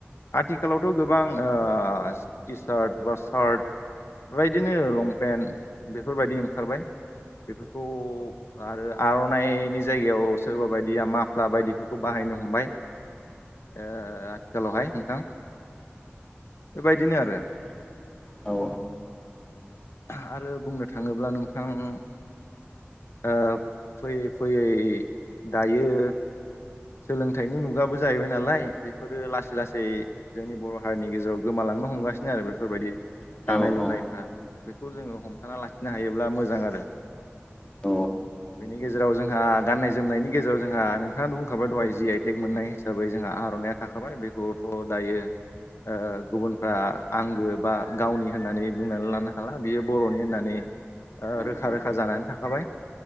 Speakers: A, on the left; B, on the left.
A: आथिखालावथ' गोबां ओ टि सार्ट बा सार्ट बेबायदिनो लंपेन्ट बेफोरबायदि ओंखारबाय। बेफोरखौ आरो आर'नाइनि जायगायाव सोरबा बायदिया माफ्ला बायदिफोरखौ बाहाय नो हमबाय ओ आथिं खालावहाय नोंथां बेबायदिनो आरो
B: <inaudible> औ
A: आरो बुंनो थाङोब्ला नोंथां। ओ फैयै फैयै दायो। सोलोंथाइनि मुगाबो जाहैबाय नालाय बेफोरो लासै लासै जोंनि बर' हारिनि गेजेराव गोमालां थांनो हमगासिनो आरो बेफोरबायदि
B: औ
A: दानाय
B: औ
A: लुनायफ्रा
B: औ
A: बेखौ जोङो हमथाना लाखिनो हायोब्ला मोजां आरो
B: औ
A: बेनि गेजेराव जोंहा गाननाय जोमनायनि गेजेराव जोंहा नोंथाङा बुं ओंखारबाय दहाय जि आइ टेग मोननाय हिसाबै जोंहा आर'नाइया थाखाबाय बेखौथ' दायो। ओ गुबुनफ्रा आंगो बा गावनि होननानै बुंनानै लानो हाला बियो बर'नि होननानै ओ
B: औ
A: रोखा रोखा जानानै था बाय